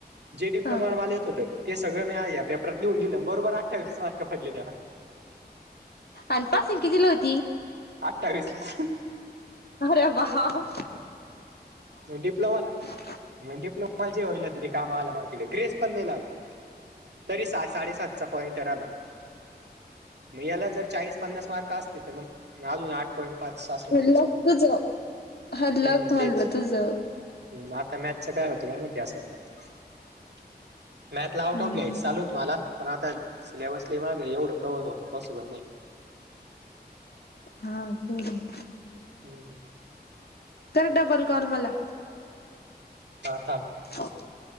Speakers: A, on the right (about 75°); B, on the left (about 70°).
A: जे डिप्लोमाला
B: हा
A: मला येत होतं ते सगळं मी या पेपरात लिह दिलं. बरोबर अठावीसच मार्क पडले त्याला.
B: अन पासिंग कितीली होती?
A: अठ्ठवीसला!
B: अरे वावं!
A: डिप्लोमाला
B: <unintelligible>
A: मग डि होईल <unintelligible> काम आलं मला तिथे ग्रेस पण नाही लागला. तरी सहा साडेसातचा पॉइंट आहे ना आता. मग याला जर चाळीस पन्नास मार्क असते तर मग, अजून आठ पॉईंट पाच सासला
B: मग
A: नसता,
B: लक तुझ हा लक
A: हम्म, तेच!
B: <unintelligible>
A: हम्! आता मॅक्सचं काय होतं,, काय माहिती <unintelligible> मॅथ ला
B: हम्म
A: आउट ऑफ घ्यायच चाललं होतं मला, पण आता सिलेबस लय वाढलं, एवढं कव्हवर होणं पॉसिबल नाही.
B: हा केवढी आहे.
A: हम्म!
B: कर डबल कॉल मला!
A: हा! थांब
B: <unintelligible>